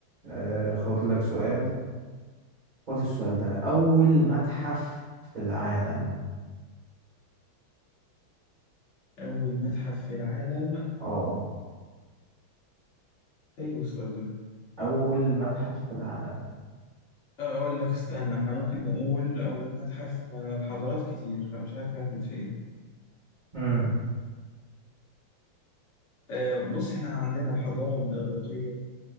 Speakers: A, on the right (about 35°); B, on the left (about 50°).
A: آه خد لك سؤال خد السؤال ده أول متحف في العالم
B: اول متحف في العالم
A: اه
B: حلو السؤال ده
A: أول متحف في العالم
B: أقول لك استنى إحنا ممكن نقول أول متحف ما الحضارات كتير فمش عارف أهبط فين
A: امم
B: أه بص إحنا عندنا الحضارة الإغريقية